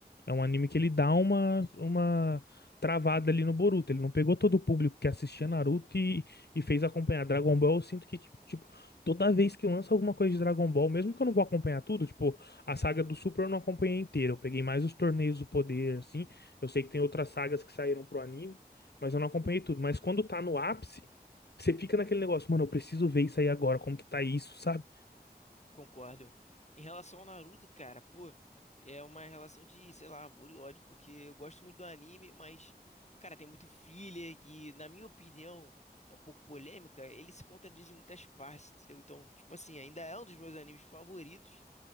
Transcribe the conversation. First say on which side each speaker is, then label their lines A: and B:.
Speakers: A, on the left; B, on the left.
A: É um anime que ele dá uma, uma travada ali no Boruto. Ele não pegou todo o público que assistia Naruto e, e fez acompanhar Dragon Ball. Eu sinto que, tipo, tipo, toda vez que eu lanço alguma coisa de Dragon Ball, mesmo que eu não vou acompanhar tudo, tipo, a saga do Super eu não acompanhei inteira. Eu peguei mais os torneios do poder, assim. Eu sei que tem outras sagas que saíram pro anime, mas eu não acompanhei tudo. Mas quando tá no ápice, você fica naquele negócio, mano, eu preciso ver isso aí agora, como que tá isso, sabe?
B: concordo. Em relação ao Naruto, cara, pô, é uma relação de, sei lá, amor e ódio, porque eu gosto muito do anime, mas, cara, tem muito filler e, na minha opinião, é um pouco polêmica, ele se contradiz em muitas partes, entendeu? Então, tipo assim, ainda é um dos meus animes favoritos.